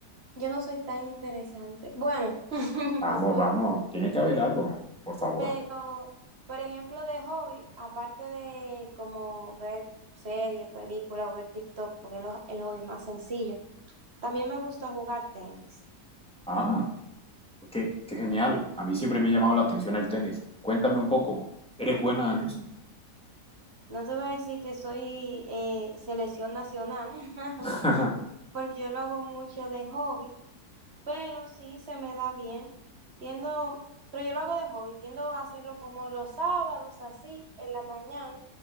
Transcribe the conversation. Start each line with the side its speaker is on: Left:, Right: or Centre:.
Right: yo no soy tan interesante. Bueno, <laughs>
Centre: Vamos,
Right: no puedo.
Centre: vamos, tiene que haber algo, por favor.
Right: Pero, por ejemplo, de hobby, aparte de como ver series, películas o ver TikTok, porque es lo- el hobby más sencillo, también me gusta jugar tenis.
Centre: Ah. Qué, qué genial. A mí siempre me ha llamado la atención el tenis. Cuéntame un poco. ¿Eres buena en eso?
Right: No te voy a decir que soy eh, selección nacional, <laughs>
Centre: <laughs>
Right: porque yo lo hago mucho de hobby. Pero sí se me da bien. Tiendo, pero yo lo hago de hobby, tiendo a hacerlo como los sábados, así, en la mañana,